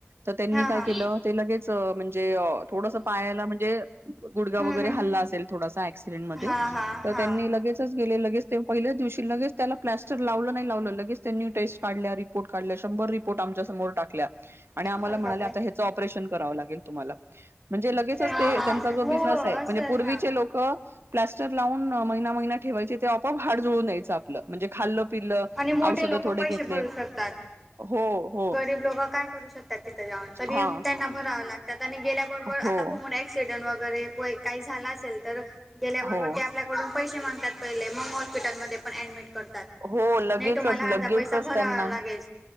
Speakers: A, on the right; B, in the centre.
A: तर त्यांनी
B: हा
A: काय
B: हा
A: केलं ते लगेच म्हणजे. थोड पायाला म्हणजे गुडगाव
B: हम्म
A: वगैरे
B: हम्म
A: हल्ला असेल थोडासा क्सिडेंट मध्ये
B: हा हा
A: तर
B: हा
A: त्यांनी. लगेच गेले लगेच ते पहिल्याच दिवशी लगेच त्याला प्लॅस्टर लावलं नाही लावलं लगेच त्यांनी टेस्ट काढल्या. िोर्ट काढल्या शंभर रिपोर्ट आमच्या समोर टक आणि
B: अरे
A: आमला म्हणा
B: बापरे
A: आताच ऑपरेन करावं लागेल. म्हणे लगेच
B: हा
A: त्यांचा
B: हा
A: बसर्.
B: हो असेल ना
A: प्स्टर ला म म ठेवाय ते आपप हड जळून द्याचं आपलं म्हे खालं. पिलं
B: आणि मोठे
A: औषध
B: लोक
A: थोडे
B: पैसे
A: घेतले.
B: भरू शकतात
A: हो हो
B: गरीब लोक काय करू शकतात तिथं जाऊन तरी
A: हा
B: त्यांना भरावं लागत. त्या आणि गेल्याबरोबर
A: हो
B: आता कम. एक्सिडेंट वगैरे काही झाला असेल तर गेल्याबरोबर
A: हो
B: ते आपल्या. पडून पैसे मागतात पहिले मग हॉस्पिटलमध्ये पण ॲडमिट करतात.
A: हो लगेचच
B: नाही तुम्हाला
A: लगेचच
B: अर्धा पैसा भरावा
A: त्यांना.
B: लागेल